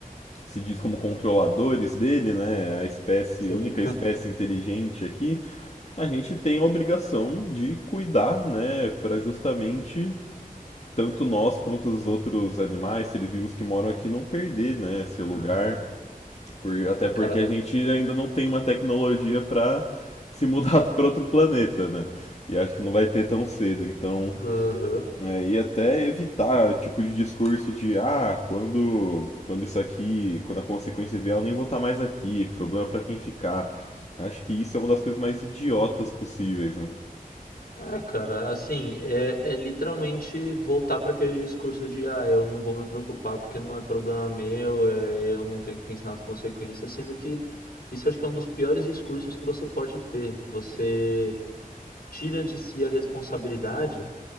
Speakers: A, on the left (about 45°); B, on the left (about 90°).
A: se diz como controladores dele, né, a espécie,
B: sim.
A: única espécie inteligente aqui, a gente tem a obrigação de cuidar, né, para justamente tanto nós quanto os outros animais, seres vivos que moram aqui, não perder, né, esse
B: <laughs>
A: lugar. Por, até
B: É,
A: porque
B: cara,
A: a gente ainda não tem uma tecnologia para se mudar <laughs> para outro planeta, né? E acho que não vai ter tão cedo, então.
B: aham.
A: é, e até evitar o tipo de discurso de ah, quando, quando isso aqui, quando a consequência vier, eu nem vou estar mais aqui, problema para quem ficar. Acho que isso é uma das coisas mais idiotas possíveis, né?
B: É, cara, assim, é, é literalmente voltar para aquele discurso de, ah, eu não vou me preocupar porque não é problema meu, é, eu não tenho que pensar nas consequências, sendo que isso acho que é um dos piores discursos que você pode ter. Você tira de si a responsabilidade